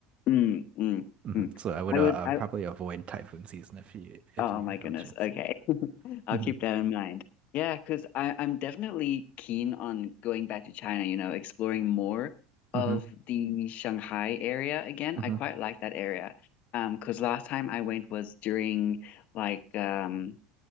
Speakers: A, on the left (about 50°); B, on the right (about 35°).
A: Mm, mm,
B: hmm
A: mm.
B: So I would
A: I
B: uh,
A: would
B: uh
A: I,
B: probably avoid typhoon season if you if
A: Oh
B: you
A: my goodness.
B: have the chance.
A: Okay. <laughs> I'll
B: hmm
A: keep that in mind. Yeah, because I'm definitely keen on going back to China, you know, exploring more
B: hmm
A: of the Shanghai area again.
B: hmm
A: I quite like that area. Um, because last time I went was during like um